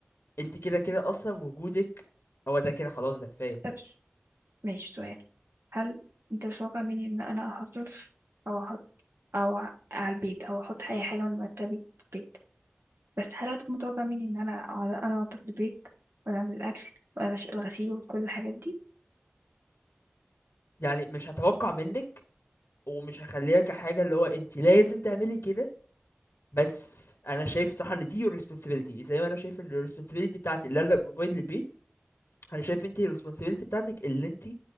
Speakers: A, on the left; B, on the right.
A: انت كده كده اصلا وجودك هو ده كده خلاص ده كفاية
B: طب ماشي سؤال هل انت متوقع مني ان انا هصرف او احط او ع- على البيت او احط اي حاجة من مرتبي في البيت بس هل هتكون متوقع مني ان انا اقعد انا انضف البيت ولا اعمل الاكل ولا أش- الغسيل وكل الحاجات دي
A: يعني مش هتوقع منك ومش هخليها كحاجة اللي هو انت لازم تعملي كده بس انا شايف صح ان دي responsibility زي ما انا شايف ان ال responsibility بتاعتي اللي انا بروفايد للبيت انا شايف انت ال responsibility بتاعتك اللي انت